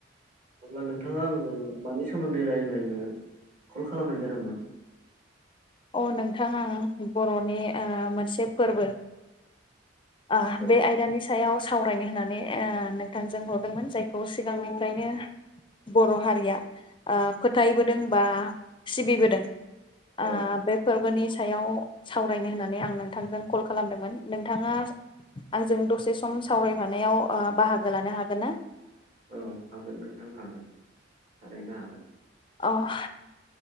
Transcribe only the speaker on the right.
अब्ला नोंथाङा आंजों मानि स सोमोन्दै रायलायनो कल खालामनाय जादोंमोन
औ
औ
औ हागोन नोंथां हागोन थारैनो हागोन